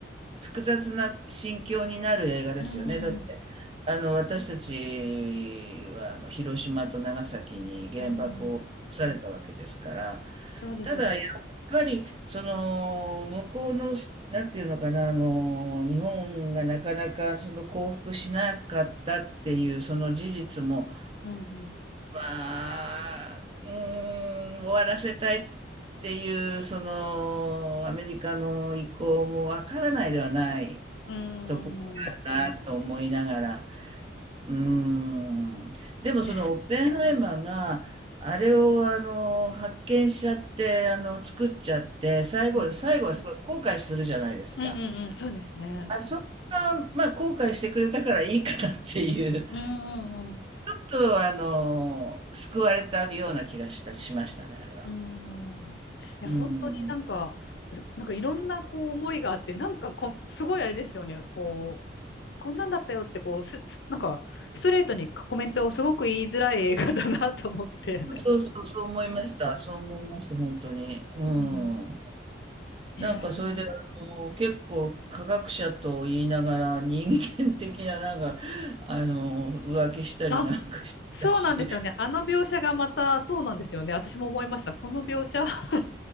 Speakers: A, on the right (about 30°); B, on the left (about 65°).
A: 複雑な心境になる映画ですよね。
B: うん。
A: だって、あの、私たちはあの広島と長崎に原爆を落とされたわけですから、
B: うん。そうですよね。
A: ただやっぱり、その、向こうの、なんていうのかな、あの、日本がなかなかその降伏しなかったっていう、その事実も、
B: うん。
A: まあ、うーん、終わらせたいっていう、その、アメリカの意向もわからないではない
B: うん。
A: ところが
B: うん。
A: あるなと思いながら、うーん。でもそのオッペンハイマーが、
B: ね
A: あれをあの、発見しちゃって、あの、作っちゃって、最後、
B: うん。
A: 最後はすごい後悔するじゃないですか。
B: うん。うん。うんそうですね。
A: あそこが、まあ、後悔してくれたからいいかなっていう。
B: うん。うん。うん
A: ちょっとあの、救われたような気がしたしましたね、あれは。
B: うーん。いや、
A: うん。
B: 本当になんか、なんかいろんなこう思いがあって、なんかこ、すごいあれですよね、こう、こんなんだったよって、こう、す、すなんか、ストレートにコメントをすごく言いづらい映画だなと思って。<laughs>
A: そうそうそう、思いました。そう思いました、本当に。うん。
B: うん。ね
A: なんかそれで、あの、結構科学者と言いながら人間的ななんか、あの、浮気したりなんかしてたし、
B: えあ、そうなんですよね。あの描写がまた、そうなんですよね。私も思いました。この描写は